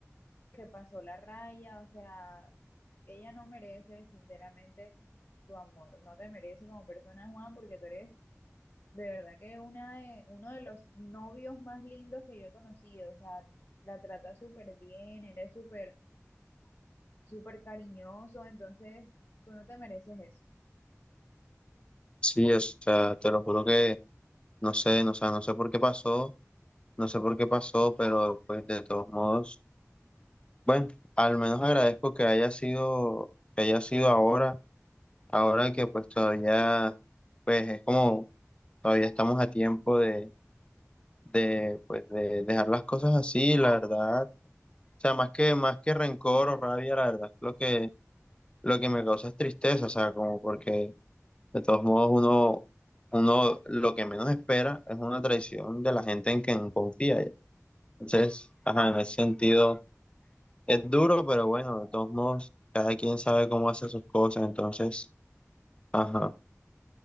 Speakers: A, on the left; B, on the left.
A: que pasó la raya, o sea, ella no merece sinceramente tu amor, no te merece como persona, Juan, porque tú eres de verdad que una de, uno de los novios más lindos que yo he conocido, o sea, la trata súper bien, eres súper, súper cariñoso, entonces tú no te mereces eso.
B: Sí, o sea, te lo juro que no sé, no, o sea, no sé por qué pasó, no sé por qué pasó, pero pues de todos modos, bueno, al menos agradezco que haya sido, que haya sido ahora, ahora que pues todavía, pues es como, todavía estamos a tiempo de, de, pues de dejar las cosas así, la verdad. O sea, más que, más que rencor o rabia, la verdad, lo que, lo que me causa es tristeza, o sea, como porque de todos modos uno, uno lo que menos espera es una traición de la gente en quien confía. ya. Entonces, ajá, en ese sentido es duro, pero bueno, de todos modos, cada quien sabe cómo hace sus cosas, entonces, ajá,